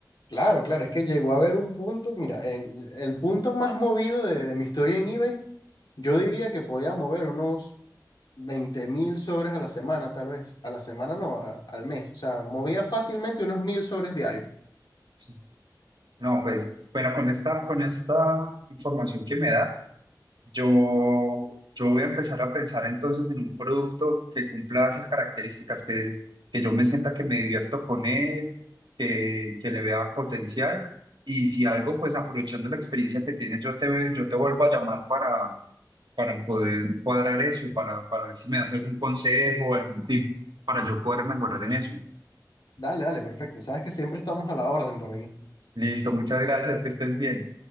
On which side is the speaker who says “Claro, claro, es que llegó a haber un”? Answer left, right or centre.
Left